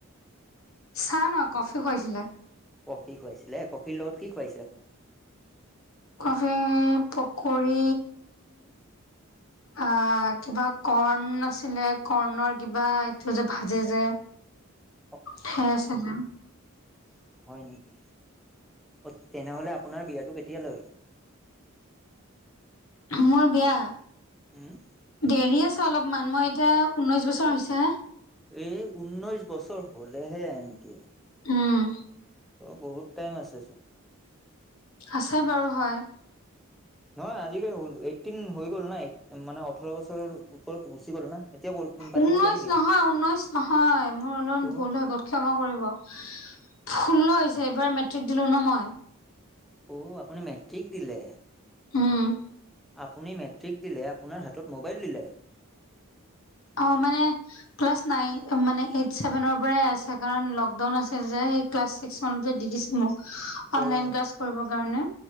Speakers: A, on the left; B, in the centre.
A: চাহ নহয় কফি খুৱাইছিলে।
B: কফি খুৱাইছিলে, কফিৰ লগত কি খুৱাইছিলে আপনাক।
A: কফি, পকৰী আ কিবা কৰ্ণ আছিলে কৰ্ণৰ কিবা এইটো যে ভাজে যে।
B: <inaudible>
A: সেইয়াই চাগে।
B: হয় নেকি, অ', তেনেহ'লে আপোনাৰ বিয়াটো কেতিয়ালৈ।
A: মোৰ বিয়া।
B: উম।
A: দেৰি আছে অলপমান, মই এতিয়া ঊনৈছ বছৰ হৈছে হে।
B: এই ঊনৈশ বছৰ হ'লেহে <unintelligible> নেকি।
A: উম।
B: অ', বহুত টাইম আছে চোন।
A: আছে বাৰু হয়।
B: নহয় আজিকালি এইটিন হৈ গ'ল না, মানে ওঠৰ বছৰৰ ওপৰত গুচি গ'ল না। এতিয়া পাতিব
A: ঊনৈশ
B: পাৰি বিয়া।
A: নহয়- ঊনৈশ নহয়, মোৰ অলপমান
B: ত'
A: ভুল হৈ গ'ল। ক্ষমা কৰিব, ষোল্ল হৈছে এইবাৰ মেট্ৰিক দিলো ন মই।
B: অ', আপুনি মেট্ৰিক দিলে।
A: উম।
B: আপুনি মেট্ৰিক দিলে, আপোনাৰ হাতত মোবাইল দিলে।
A: অ', মানে ক্লাছ নাইন মানে এইট ছেভেনৰ পৰাই আছে, কাৰণ লকডাউন আছিল যে সেই ক্লাছ ছিক্স মানতে দি দিছে মোক, অনলাইন
B: অ'
A: ক্লাছ কৰিব কাৰণে।